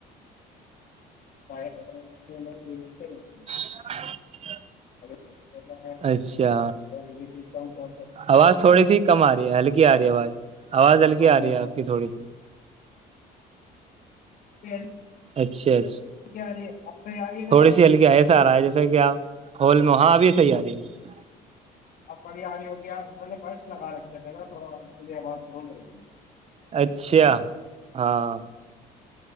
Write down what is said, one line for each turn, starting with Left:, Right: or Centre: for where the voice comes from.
Left: <unintelligible>
Right: <inaudible>
Left: <unintelligible>
Right: اچھا
Left: اور یہ چیز کاا
Right: آواز تھوڑی سی کم آ رہی ہے ہلکی آ رہی ہے آواز آواز ہلکی آ
Left: گانا
Right: رہی
Left: ہے
Right: آپ کی تھوڑی سی
Left: <inaudible>
Right: اچھاچا
Left: کیا آ رہی ہے آپ صحیح آ رہی ہے جناب
Right: تھوڑی سی ہلکیا ایسا آ رہا ہے جیسا کہ آپ ہول مہاں ابھی صحی آ رہی ہے
Left: اب بڑی آ رہی ہوگی آ میں نے برس لگا رکھے تھے نا تھوڑا اس لیے آواز گھوم رہئی تھی
Right: اچھا ہاں